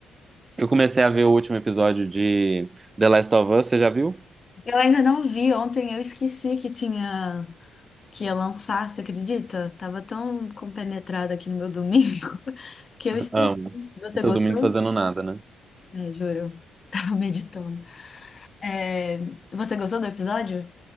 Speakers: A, on the right; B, on the left.
A: eu comecei a ver o último episódio de The Last of Us, você já viu?
B: Eu ainda não vi, ontem eu esqueci que tinha. que ia lançar, você acredita? Tava tão compenetrada aqui no meu domingo <laughs> que eu esqueci.
A: Amo.
B: Você
A: O seu
B: gostou?
A: domingo fazendo nada, né?
B: É, juro. <laughs> Tava meditando. É, você gostou do episódio?